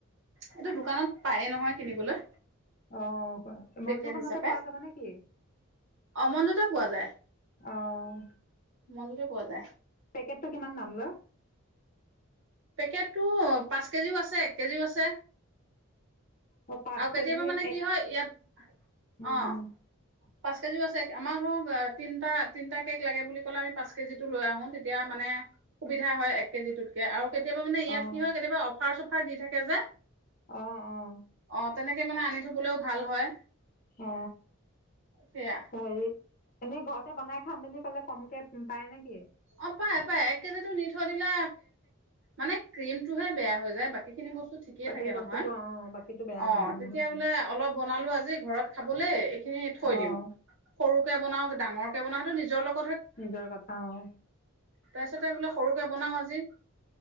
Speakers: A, on the right; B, on the left.
A: এইটো দোকানত পায়েই নহয় কিনিবলৈ
B: আহ
A: পেকেট
B: মনজু খনতে
A: হিচাপে
B: পোৱা যাব নেকি
A: অ মনজুতে পোৱা যায়
B: অঁ
A: মনজুতে পোৱা যায়
B: পেকেতটো কিমান দাম লয়
A: পেকেটতটো পাঁচ কেজিও আছে এক কেজিও আছে
B: অ পাঁচ
A: আৰু কেতিয়াবা
B: কেজি
A: মানে কি
B: এক
A: হয় ইয়াত
B: উম
A: অ
B: উম
A: পাঁচ কেজিও আছে আমাৰ ধৰক তিনিটা তিনিটা কেক লাগে বুলি ক'লে আমি পাঁচ কেজি টো লৈ আহো তেতিয়া মানে সুবিধা হয় এক কেজি টোতকে আৰু কেতিয়াবা মানে ইয়
B: অঁ
A: কি হয় কেতিয়াব অফাৰ দি থাকে যে।
B: আহ আহ
A: অ তেনেকে মানে আনি থবলৈও ভাল হয়।
B: অ
A: সেয়া
B: হেৰি এনে ঘৰতে বনাই খাম বুলি ক'লে কমকে পায় নেকি।
A: অ পাই পাই এক কেজি নি থৈ দিলে মানে ক্ৰীমটোহে বেয়া হৈ যায় বাকী খিনি বস্তু ঠিকে
B: বাকী
A: থাকে নহয়
B: বস্তুটো অঁ বাকীটো বেয়া
A: অ
B: নহয়
A: তেতিয়া
B: নহয়
A: বোলে অলপ বনালো আজি ঘৰত খাবলে এইখিনি থৈ
B: অঁ
A: দিওঁ সৰুকে বনাও ডাঙৰ বনা সেইটো নিজৰ লগত
B: নিজৰ কথা অ
A: তাৰপিছতে বোলে সৰুকে বনাও আজি